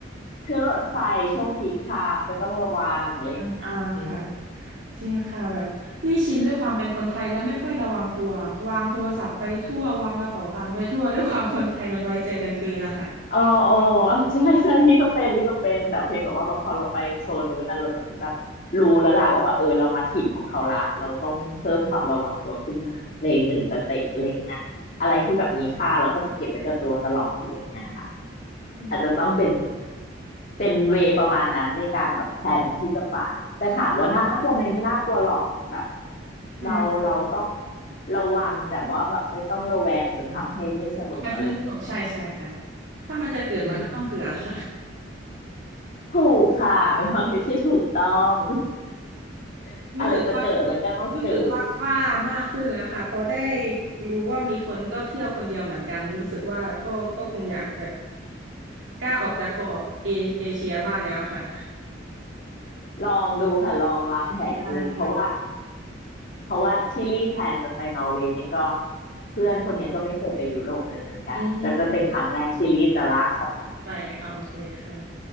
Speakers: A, on the left; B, on the right.
A: คือหรถไฟช่วงพีคไทม์ก็ต้องระวังอะไรอย่างเงี้ยอืม
B: อ่าอ่าค่ะ จริงค่ะแบบนี่ชินด้วยความเป็นคนไทยและไม่ค่อยระวังตัววางโทรศัพท์ไปทั่ววางกระเป๋าตังค์ไปทั่วด้วยความคนไทยมันไว้ใจกันเกินอะค่ะ
A: เออเออ <laughs> ใช่ใช่นี่ก็เป็นนี่ก็เป็นแต่เพียงแต่ว่าแบบพอเราไปโซนนู้นน่ะเราจะเหมือนแบบรู้แล้วล่ะว่าแบบเออเรามาถิ่นของเขาละเราต้องเพิ่มความระวังตัวขึ้นมาในหนึ่งสเต็ปอะไรเงี้ยอะไรที่แบบมีค่าเราก็จะเก็บไว้กับตัวตลอดอะไรเงี้ยค่ะ
B: อืม
A: อาจจะต้องเป็นเป็นเวย์ประมาณนั้นในการแบบแพลนที่จะไปแต่ถามว่าน่ากลัวไหมไม่น่ากลัวหรอกแบบ
B: อืม
A: เราเราต้องระวังแต่ว่าแบบไม่ต้องระแวงจนทำให้ไม่สนุกอะไรเงี้ย
B: มันมันสนุกใช่ใช่ค่ะถ้ามันจะเกิดมันก็ต้องเกิดอะค่ะ
A: อืมถูกค่ะเป็นความคิดที่ถูกต้อง <laughs>
B: รู้สึกว่า
A: อะไรจะเกิดมันก็ต้องเกิด
B: รู้สึกว่ากล้ามากขึ้นแล้วค่ะเพราะได้รู้ว่ามีคนก็เที่ยวคนเดียวเหมือนกันรู้สึกว่าก็ก็คงอยากแบบกล้าออกจากกรอบเอเอเชียบ้างแล้วค่ะ
A: ลองดูค่ะลองวางแผนดูเพราะว่า
B: โอเคได้ค่ะ
A: เพราะว่าที่รีแพลนจะไปนอร์เวย์เนี่ยก็เพื่อนคนเนี้ยก็ไม่เคยไปยุโรปเลยเหมือนกันก็จะเป็นครั้งแรกที่รีจะลากเขาไป
B: อืมไปเอโอเคค่ะ